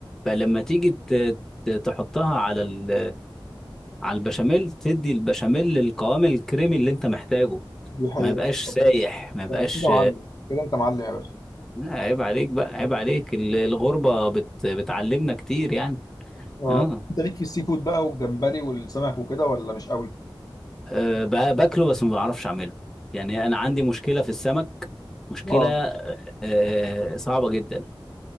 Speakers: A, in the centre; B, on the left (about 45°).
A: فلما تيجي ت- ت- تحطها على ال على البشاميل تدي البشاميل القوام الكريمي اللي انت محتاجه
B: دي حقيقة
A: ما يبقاش سايح ما يبقاش
B: ده انت كده معلم كده انت معلم يا باشا
A: لا، عيب عليك بقى عيب عليك ال- الغربة بت... بتعلمنا كتير يعني
B: اه
A: اه
B: انت ليك في السي فود بقى والجمبري والسمك وكده ولا مش قوي؟
A: أه ب- باكله بس ما بعرفش اعمله يعني انا عندي مشكله في السمك مشكله
B: اه
A: أه صعبه جدا